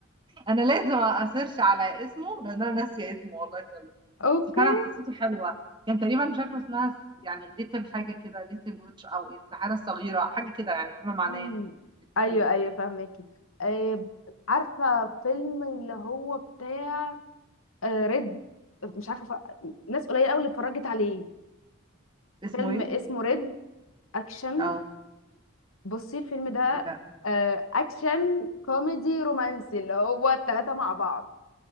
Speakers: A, on the right; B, on the left.
A: انا لازم اسيرش على اسمه لان انا ناسيه اسمه والله خالص
B: اوكي
A: بس فعلا قصته حلوه كان تقريبا مش عارفه اسمها يعني ليتل حاجه كده ليتل ويتش او السحاره الصغيره حاجه كده يعني فيما معناه
B: مم.
A: الفيلم
B: ايوه ايوه فاهمكي آه، عارفه فيلم اللي هو بتاع آه، ريد مش عارفه ف... ناس قليله قوي اللي اتفرجت عليه
A: اسمه
B: فيلم
A: ايه
B: اسمه ريد اكشن
A: اه
B: بصي الفيلم ده
A: لا
B: آه، اكشن
A: مش عارفة.
B: كوميدي رومانسي اللي هو التلاتة مع بعض